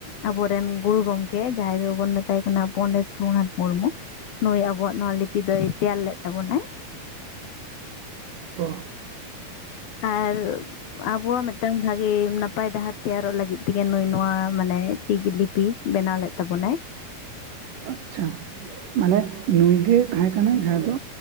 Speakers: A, on the left; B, on the right.
A: ᱟᱵᱚ ᱨᱮᱱ ᱜᱩᱨᱩ ᱜᱚᱝᱠᱮ ᱡᱟᱦᱟᱸᱭ ᱫᱚᱵᱚᱱ ᱢᱮᱛᱟᱭ ᱠᱟᱱᱟ ᱯᱚᱱᱰᱤᱛ ᱨᱚᱜᱷᱩᱱᱟᱛᱷ ᱢᱩᱨᱢᱩ ᱱᱩᱭ ᱟᱵᱚᱣᱟᱜ ᱱᱚᱣᱟ ᱞᱤᱯᱤ ᱫᱚᱭ ᱛᱮᱭᱟᱨ ᱞᱮᱫ ᱛᱟᱵᱚᱱᱟᱭ
B: ᱚ
A: ᱟᱨ ᱟᱵᱚᱣᱟᱜ ᱢᱤᱫᱴᱟᱝ ᱵᱷᱟᱹᱜᱤ ᱱᱟᱯᱟᱭ ᱰᱟᱦᱟᱨ ᱛᱮᱭᱟᱨᱚᱜ ᱞᱟᱹᱜᱤᱫ ᱛᱮᱜᱮ ᱱᱩᱭ ᱱᱚᱣᱟ ᱢᱟᱱᱮ ᱪᱤᱠᱤ ᱞᱤᱯᱤ ᱵᱮᱱᱟᱣ ᱞᱮᱫ ᱛᱟᱵᱚᱱᱟᱭ
B: ᱟᱪᱪᱷᱟ ᱢᱟᱱᱮ ᱱᱩᱭ ᱜᱮ ᱛᱟᱦᱮᱸ ᱠᱟᱱᱟᱭ ᱡᱟᱦᱟᱸᱭ ᱫᱚ